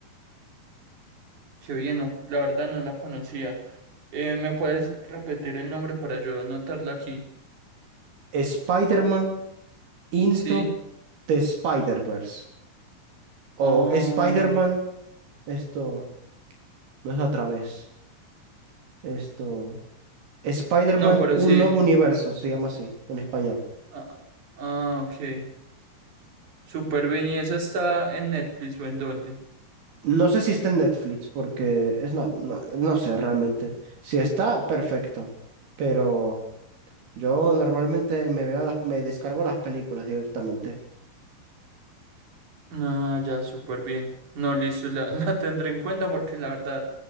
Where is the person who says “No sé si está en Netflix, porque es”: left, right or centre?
Right